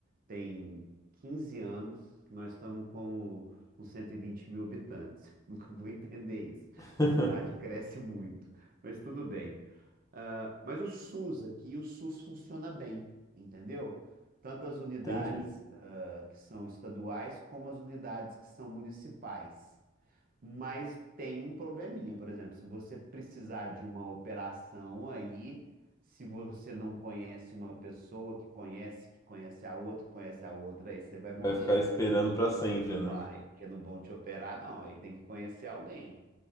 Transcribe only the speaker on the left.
<laughs>
Entendi.
Vai ficar esperando para sempre, né?